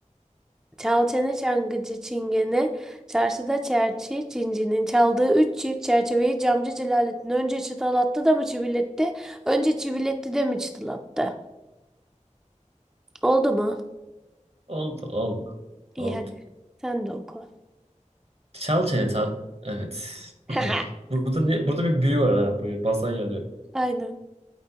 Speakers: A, in the centre; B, on the right (about 50°).
A: Çal çene çalgıcı çingene Çarşıda çerçi cincinin çaldığı üç çift çerçeveyi camcı Celalettin önce çıtalattı da mı çiviletti? Önce çiviletti de mi çıtalattı? Oldu mu?
B: Oldu oldu.
A: İyi
B: Oldu.
A: hadi sen de oku.
B: Çal çene tat. Evet. <clears throat>
A: <laughs>
B: Burada ne, burada bir büyü var ha buraya basan yanıyor.
A: Aynen.